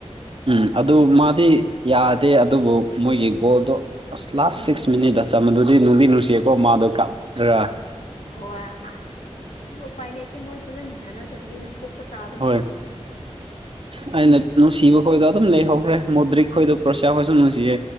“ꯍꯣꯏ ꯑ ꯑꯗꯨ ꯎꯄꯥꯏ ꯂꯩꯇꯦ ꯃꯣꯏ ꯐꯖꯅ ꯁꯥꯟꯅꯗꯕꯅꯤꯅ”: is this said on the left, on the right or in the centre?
Left